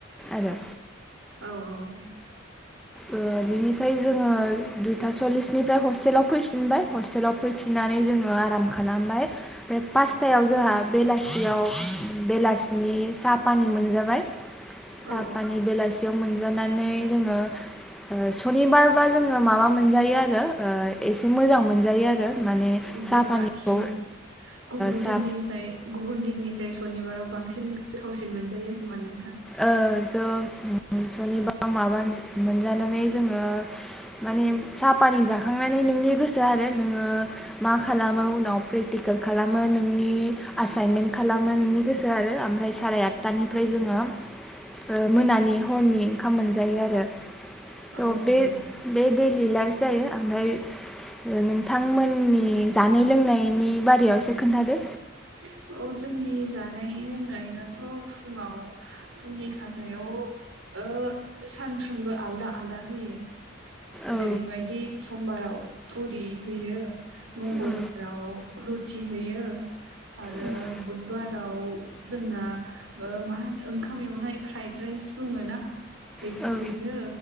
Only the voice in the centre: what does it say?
आरो।
ओ बिनिफ्राय जोङो दुइथा सल्लिसनिफ्राय हस्टेलाव फैफिनबाय हस्टेलाव फैफिन नानै जोङो आराम खालामबाय ओमफ्राय पासतायाव जोंङा बेलासेयाव बेलासे नि साहा पानि मोनजाबाय साहा
पानि बेलासेयाव मोनजानानै जानानै जोङो ओ सनिबारबा जोङो माबा मोनजायो आरो ओ एसे मोजां मोनजायो आरो। माने साहा
पानिखौ
सा
औ जब सनिबा माबा मोनजानानै जोङो माने साहा पानि जाखांनानै नोंनि गोसो आरो नोङो मा खालामो उनाव प्रेकटिकेल खालामो नोंनि आसा एसेनमेन्ट खालामो नोंनि गोसो आरो ओमफ्राय सारे आटथानिफ्राय जोङो ओ मोनानि हरनि ओंखाम मोनजायो आरो। त'
बे
बे देलि लाइफ जायो ओमफ्राय नोंथांमोननि जानाय लोंनायनि बारायाव एसे खोन्थादो।
औ
औ
औ
औ औ